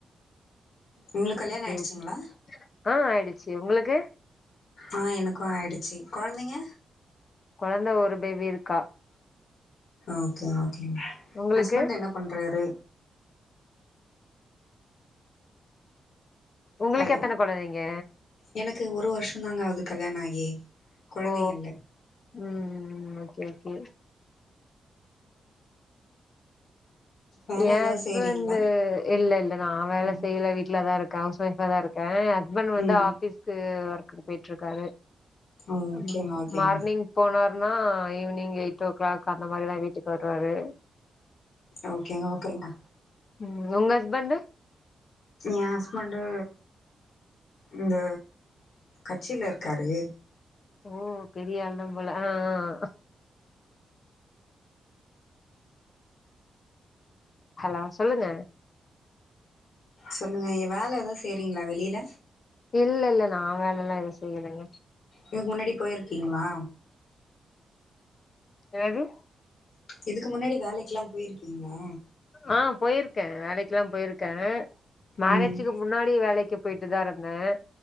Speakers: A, on the left; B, on the left.
A: உங்களுக்கு கல்யாணோ
B: ஓகே
A: ஆயிடுச்சிங்ளா
B: ஓகே. ஆ ஆயிடுச்சு உங்களுக்கு
A: ஆ எனக்கு ஆயிடுச்சு கொழந்தைங்க
B: கொழந்த ஒரு பேபி இருக்கா
A: ஓகே ஓகேங்க
B: உங்களுக்கு
A: ஹஸ்பண்ட் என்ன பண்றாரு?
B: உங்களுக்கு
A: ஹலோ
B: எத்தன கொழந்தைங்க?
A: எனக்கு ஒரு வருஷந்தாங்க ஆது கல்யாணோ ஆகி கொழந்தைங்க
B: ஓ
A: இல்ல
B: ம் ஓகே ஓகே
A: வேல
B: என்
A: ஏதாவது
B: ஹஸ்பண்ட்
A: செய்றீங்களா
B: இல்லல்ல நா வேல
A: ம்
B: செய்யல வீட்லதா இருக்க ஹவுஸ் ஒயஃபாதா இரு க்க என் ஹஸ்பண்ட் வந்து
A: ம்
B: ஆஃபிஸ்க்கு ஒர்க்குக்கு போயிட்டு இருக்காரு
A: ஓகேங்க
B: ம்
A: ஓகேங்க
B: மார்னிங் போனார்னா ஈவினிங் எயிட் ஓ கிளாக் அந்த மாரிதா வீட்டுக்கு வருவாரு
A: ஓகேங்க ஓகேங்க
B: ம் உங்க ஹஸ்பண்ட்டு
A: என் ஹஸ்பண்ட்டு இந்த கட்சில இருக்காரு
B: ஓ பெரிய ஆள்தான் போல ஆ ஆ ஹலோ சொல்லுங்க
A: சொல்லுங்க எ வேல எதா செய்ரீங்ளா வெளில
B: இல்லல்ல நா வேல எல்லா எது செய்யலங்க
A: இதுக்கு முன்னாடி போயிருக்கீங்ளா
B: என்னது
A: இதுக்கு முன்னாடி வேலைக்கெல்லா போயிருக்கீங்ளா
B: ஆ போயிருக்கன் வேலைக்கெல்லா போயிருக்கன் மேரேஜுக்கு
A: ம்
B: முன்னாடி வேலைக்கு போயிட்டுதா இருந்தன்